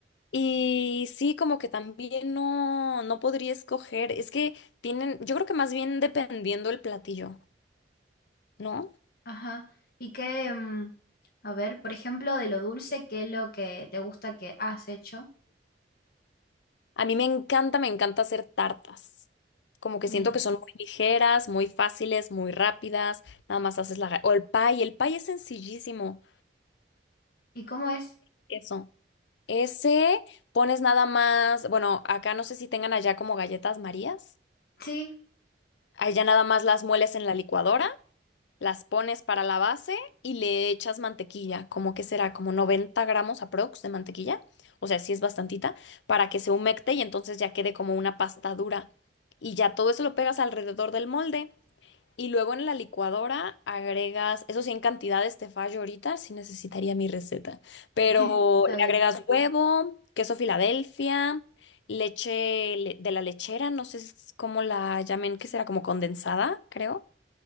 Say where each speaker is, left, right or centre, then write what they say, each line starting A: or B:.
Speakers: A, on the left; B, on the left.
A: Y sí, como que también no, no podría escoger. Es que tienen, yo creo que más bien dependiendo el platillo, ¿no?
B: ajá. Y que, mm, a ver, por ejemplo, de lo dulce, ¿qué es lo que te gusta que has hecho?
A: A mí me encanta, me encanta hacer tartas. Como que
B: Bien.
A: siento que son muy ligeras, muy fáciles, muy rápidas. Nada más haces la... ga- O el pie, el pie es sencillísimo.
B: ¿Y cómo es?
A: Eso. Ese pones nada más, bueno, acá no sé si tengan allá como galletas Marías.
B: Sí,
A: Allá nada más las mueles en la licuadora, las pones para la base y le echas mantequilla, como que será como 90 gramos aprox de mantequilla, o sea, sí es bastantita, para que se humecte y entonces ya quede como una pasta dura. Y ya todo eso lo pegas alrededor del molde. Y luego en la licuadora agregas, eso sí, en cantidades te fallo ahorita, sí necesitaría mi receta, pero
B: <laughs> está bien.
A: le agregas huevo, queso Filadelfia, leche le- de la lechera, no sé s- cómo la llamen, que será como condensada, creo.